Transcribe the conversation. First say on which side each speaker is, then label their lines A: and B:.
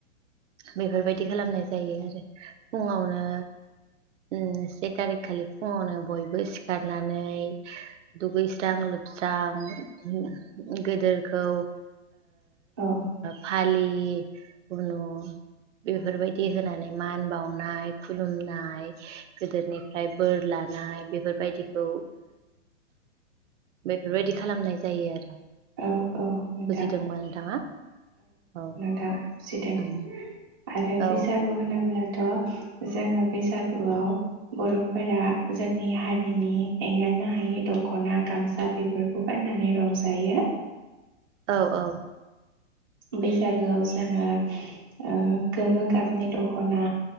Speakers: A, on the right (about 75°); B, on the right (about 20°).
A: बेफोरबायदि खालामनाय जायो आरो फुङावनो ओ से थारिख खालि फुङावनो बय बो सिखारनानै दुगैस्रां लोब जां उम गेदेरखौ
B: औ
A: फालि उनु बेफोरबायदि होनानै मान बाव सनाय खुलुमनाय गोदोनिफ्राय बोर लानाय बेफोरबायदिखौ बेफोरबायदि खालामनाय जायो आरो
B: औ औ नोंथां
A: बुजिदोंबा नोंथाङा औ
B: बुजिदों
A: उम
B: आरो
A: औ
B: बैसागु होनोब्लाथ' जोङो फैसा लाव बर'फोरा जोंनि हा हारिनि एंगारनो हायि दख'ना गामसा बेफोरखौ गाननानै रंजायो
A: औ औ
B: बैसागोआव जोङो ओ गोमो गाबनि दख'ना